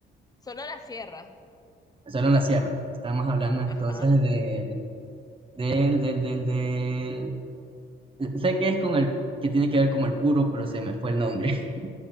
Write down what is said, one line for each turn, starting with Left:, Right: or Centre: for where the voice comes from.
Left: Solo la sierra.
Right: Solo en la sierra. Estamos hablando entonces
Left: Ajá.
Right: del, del, del, del, del Sé que es con el, que tiene que ver con el puro, pero se me fue el nombre. <laughs>